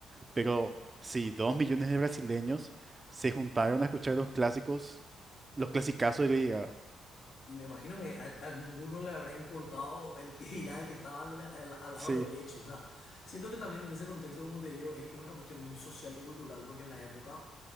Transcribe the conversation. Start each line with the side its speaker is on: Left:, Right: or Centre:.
Right: pero sí, dos millones de brasileños se juntaron a escuchar los clásicos, los clasicazos de Lady Gaga.
Left: Y me imagino que a, a ninguno le habrá importado el que irá, el que estaba al, de la- al- al lado
Right: Sí,
Left: derecho. O sea, siento que también en ese contexto, como te digo, es, es una cuestión muy social y cultural, porque en la época